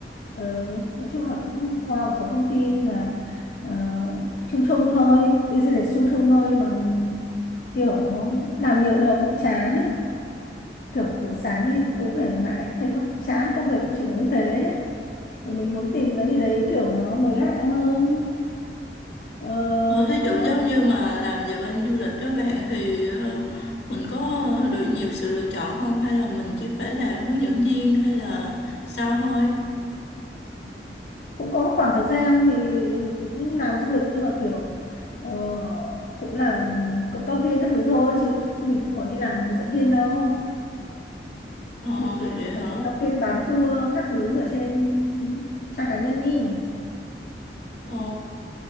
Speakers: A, on the left; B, on the left.
A: Ờ, nói chung là cũng qua một số công ty mà ờ, chung chung thôi business chung chung thôi nhưng mà mình kiểu làm nhiều thì là cũng chán ấy kiểu cứ sáng đi tối về mãi thấy nó cũng chán công việc nó chỉ có như thế thì mình muốn tìm cái gì đấy kiểu nó mới lạ hơn ờ,
B: Ờ, thí
A: nó
B: dụ giống như mà làm về bên du lịch đó bạn thì ờ, mình có được nhiều sự lựa chọn không? Hay là mình chỉ phải làm hướng dẫn viên hay là sao thôi?
A: cũng có một khoảng thời gian thì cũng làm du lịch nhưng mà kiểu ờ, cũng làm cộng tác viên các thứ thôi chứ mình cũng có đi làm hướng dẫn viên đâu
B: Ờ,
A: mình chỉ làm
B: vậy
A: ở
B: hả?
A: cộng tác viên bán tour các thứ ở trên trang cá nhân đi
B: Ờ,